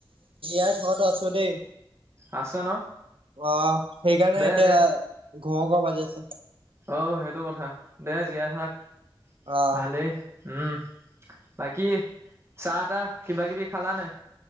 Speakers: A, on the right; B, on the right.
A: <unintelligible> থকাতো আছো দেই
B: আছ ন?
A: অ সেইকাৰণে
B: দে
A: এতিয়া
B: দে,
A: ঘ <unintelligible> ঘ বাজি আছে
B: অ সেইটো কথা দেই জীয়াই থাক ্ <unintelligible>
A: অ
B: ভালেই উম বাকী চাহ-তাহ কিবা-কিবি খালানে <unintelligible>